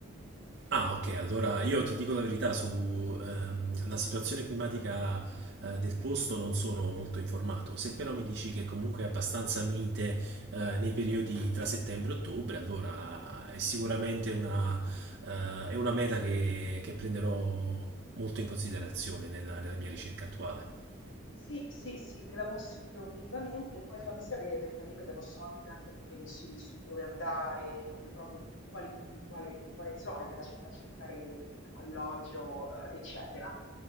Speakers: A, on the right (about 55°); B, on the left (about 70°).
A: Ah, ok, allora io ti dico la verità su ehm, la situazione climatica eh, del posto non sono molto informato. Se però mi dici che comunque è abbastanza mite eh, nei periodi tra settembre e ottobre, allora eh, è sicuramente una, eh, è una meta che, che prenderò molto in considerazione nella nella mia ricerca attuale.
B: Sì, sì, sì, te la consiglio vivamente, poi fammi sapere perché al limite posso anche darti alcuni consigli su dove andare, come proprio in quali, in quale, in quale zone della città cercare alloggio, eh, eccetera.